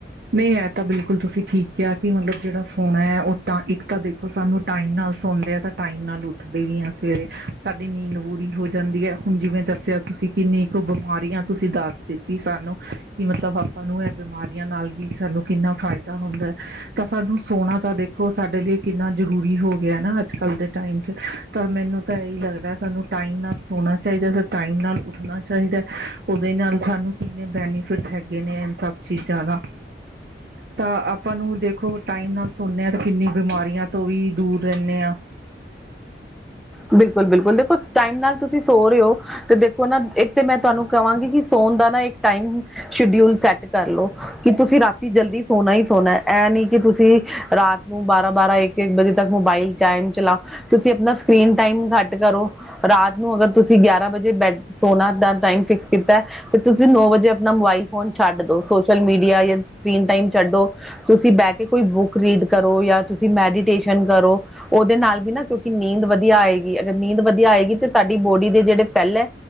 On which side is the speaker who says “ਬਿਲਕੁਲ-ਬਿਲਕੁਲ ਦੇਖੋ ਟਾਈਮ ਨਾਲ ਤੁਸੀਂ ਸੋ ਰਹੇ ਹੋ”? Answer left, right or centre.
Centre